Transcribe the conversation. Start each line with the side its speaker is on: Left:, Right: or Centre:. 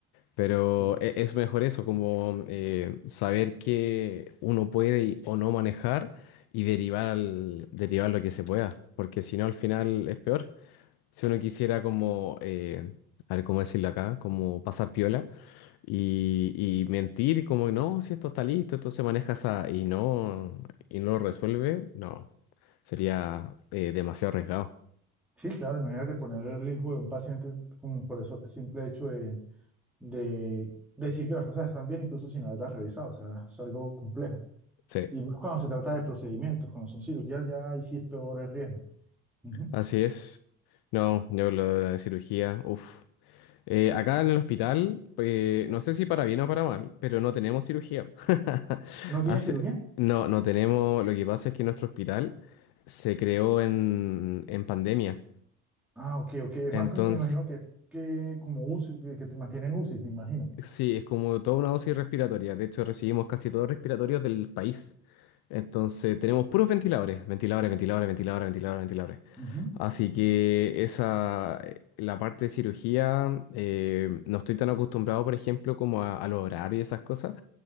Left: Pero
Centre: Sí,
Left: e- es mejor eso, como eh, saber que uno puede y- o no manejar y derivar al, derivar lo que se pueda. Porque si no, al final es peor. Si uno quisiera como, eh, a ver cómo decirlo acá, como pasar piola y, y mentir, como no, si esto está listo, esto se maneja así, y no, y no lo resuelve, no. Sería eh, demasiado arriesgado.
Centre: Sí, claro, imagínate poner el riesgo de un paciente con- por eso simple hecho de de decir que las cosas están bien incluso sin haberlas revisado, o sea, es algo complejo.
Left: Sí,
Centre: Y más cuando se trata de procedimientos, cuando son cirugías, ya ahí sí es peor el riesgo. Ujú.
Left: así es. No, yo lo de la cirugía, uff. acá en el hospital, eh, no sé si para bien o para mal, pero no tenemos cirugía. <laughs>
Centre: ¿No tienen
Left: Así-
Centre: cirugía?
Left: no, no tenemos. Lo que pasa es que nuestro hospital se creó en, en pandemia.
Centre: Ah, ok, ok, es
Left: Entonces,
Centre: más como me imagino que, que como UCI, que, que te mantienen UCI, me imagino.
Left: Sí, es como toda una dosis respiratoria. De hecho, recibimos casi todos los respiratorios del país. Entonces, tenemos puros ventiladores, ventiladores, ventiladores, ventiladores, ventiladores, ventiladores.
Centre: Ujú.
Left: Así que esa, la parte de cirugía, eh, no estoy tan acostumbrado, por ejemplo, como a, a los horarios y esas cosas,